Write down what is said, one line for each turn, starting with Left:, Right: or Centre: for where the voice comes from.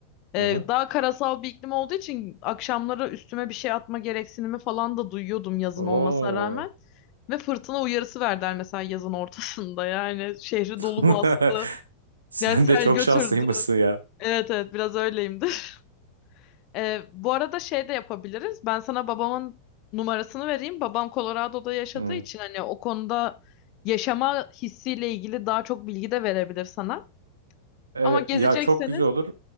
Left: Ee,
Right: Aha.
Left: daha karasal bir iklim olduğu için akşamları üstüme bir şey atma gereksinimi falan da duyuyordum yazın
Right: Oo.
Left: olmasına rağmen. Ve fırtına uyarısı verdiler mesela yazın ortasında <laughs> yani şehri
Right: <laughs>
Left: dolu bastı.
Right: Sen
Left: Yani sel
Right: de çok
Left: götürdü.
Right: şanslıymışsın ya.
Left: Evet evet biraz öyleyimdir. <laughs> Ee, bu arada şey de yapabiliriz. Ben sana babamın numarasını vereyim. Babam Colorado'da yaşadığı
Right: Hı.
Left: için hani o konuda yaşama hissiyle ilgili daha çok bilgi de verebilir sana.
Right: Evet
Left: Ama gezecekseniz
Right: ya çok güzel olur.